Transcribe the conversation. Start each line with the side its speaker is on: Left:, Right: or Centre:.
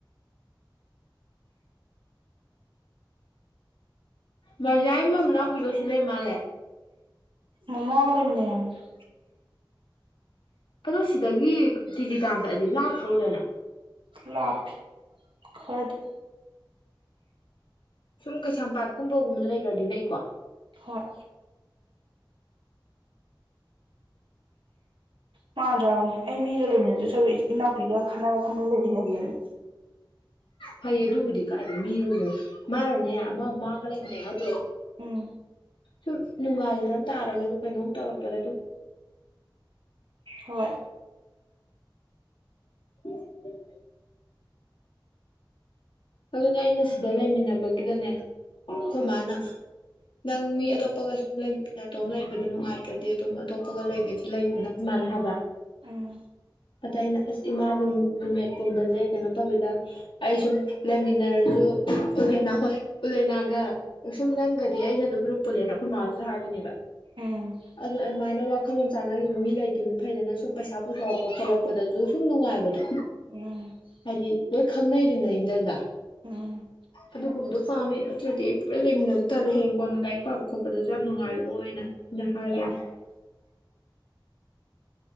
Left: ꯃꯖꯥꯏ ꯃꯣꯏ ꯃꯅꯥꯎꯄꯤꯗꯣ ꯁꯤ ꯂꯩ ꯃꯥꯜꯂꯦ
Right: ꯃꯃꯥꯒ ꯂꯩꯃꯤꯟꯅꯩ ꯍꯥꯏ <unintelligible>
Left: ꯑꯗꯣ ꯁꯤꯗꯒꯤ ꯀꯦꯖꯤ ꯇꯥꯟ ꯆꯠꯂꯗꯤ ꯂꯥꯞꯇ꯭ꯔꯣ ꯑꯣꯂꯦꯅ
Right: ꯂꯥꯞꯄꯤ ꯈꯔꯗꯤ
Left: ꯁꯨꯝ ꯀꯩꯁꯥꯝꯄꯥꯠꯀꯨꯝꯕꯒꯨꯝꯕꯗ ꯂꯩꯒ꯭ꯔꯗꯤ ꯅꯛꯏꯀꯣ
Right: ꯍꯣꯏ ꯃꯥꯟꯗ꯭ꯔꯥꯎꯅꯦ ꯑꯩ ꯃꯤꯒ ꯂꯩꯃꯤꯟꯅꯗꯣꯏ ꯁꯔꯨꯛ ꯏꯅꯥꯎꯄꯤꯒ ꯈꯟꯅꯔ ꯈꯟꯅ ꯂꯩꯃꯤꯟꯅꯒꯦꯅ
Left: ꯐꯩꯌꯦ ꯑꯗꯨꯕꯨꯗꯤ ꯀꯥꯏꯗꯩ ꯃꯤꯒ ꯃꯥꯅꯅꯦ ꯑꯃ ꯃꯥꯒ ꯂꯩꯃꯤꯟꯅꯩ ꯍꯥꯏꯗꯣ
Right: ꯎꯝ
Left: ꯁꯨꯝ ꯅꯨꯡꯉꯥꯏꯖꯔꯝ ꯇꯥꯔꯒꯖꯨ ꯀꯩꯅꯣꯝ ꯇꯧꯔꯛꯄꯗ ꯑꯗꯨꯝ
Right: ꯍꯣꯏ
Left: <unintelligible> ꯑꯗꯨꯅꯦ ꯑꯩꯅ ꯁꯤꯗ ꯂꯩꯃꯤꯟꯅꯕꯒꯤꯗꯅꯦ ꯑꯩꯈꯣꯏ
Right: ꯎꯝ
Left: ꯃꯥꯅ ꯅꯪ ꯃꯤ ꯑꯇꯣꯞꯄꯒ ꯁꯨꯝ ꯂꯩꯝ ꯅꯇꯣꯝ ꯂꯩꯕꯗꯣ ꯅꯨꯡꯉꯥꯏꯇ꯭ꯔꯗꯤ ꯑꯗꯨꯝ ꯑꯇꯣꯞꯄꯒ ꯂꯩꯒꯦꯗꯤ ꯂꯩꯒꯣ ꯅꯪ ꯏꯃꯥꯅ ꯍꯥꯏꯕ
Right: ꯎꯝ
Left: ꯑꯗ ꯑꯩꯅ ꯑꯁ ꯏꯃꯥ ꯔꯨꯝ ꯔꯨꯝꯃꯦꯠ ꯄꯨꯟꯕꯖꯦ ꯀꯩꯅꯣ ꯇꯧꯋꯤꯗ ꯑꯩ ꯁꯨꯝ ꯂꯩꯃꯤꯟꯅꯔꯖꯨ ꯎꯂꯦꯟꯅꯥ ꯍꯣꯏ ꯎꯂꯦꯟ ꯒ ꯁꯨꯝ ꯅꯪꯒꯗꯤ ꯑꯩꯅ ꯑꯗꯨꯝ ꯔꯨꯝ ꯄꯨꯜꯂꯦꯅ ꯑꯩꯈꯣꯏ ꯃꯥꯗꯖꯨ ꯍꯥꯏꯕꯅꯦꯕ
Right: ꯎꯝ
Left: ꯑꯗꯨ ꯑꯗꯨꯃꯥꯏꯅ ꯋꯥꯈꯜꯂꯣꯟ ꯆꯥꯟꯅꯒꯤꯕ ꯃꯤ ꯂꯩꯒꯤꯕꯅ ꯐꯩꯗꯅ ꯁꯨꯝ ꯄꯩꯁꯥ ꯄꯨꯊꯣꯔꯛꯄ ꯈꯣꯠꯂꯛꯄꯗꯖꯨ ꯁꯨꯝ ꯅꯨꯡꯉꯥꯏꯕꯗꯣ
Right: <unintelligible>
Left: ꯍꯥꯏꯗꯤ ꯂꯣꯏ ꯈꯪꯅꯩꯗꯅ ꯑꯩꯅꯗ
Right: ꯎꯝ
Left: ꯑꯗꯨꯒꯨꯝꯕꯗꯣ ꯄꯥꯝꯃꯦ ꯅꯠꯇ꯭ꯔꯗꯤ ꯑꯩ ꯄꯨꯛꯂꯩ ꯂꯩꯃꯤꯟꯅꯕꯗꯣ ꯇꯜꯂꯦ ꯍꯌꯦꯡꯀꯣꯟꯅ ꯂꯥꯏꯔꯤꯛ ꯄꯥꯕ ꯈꯣꯠꯄꯗꯖꯨ ꯌꯥꯝ ꯅꯨꯡꯉꯥꯏꯔꯛꯑꯣꯏꯅ ꯅ ꯍꯥꯏꯕꯅꯤ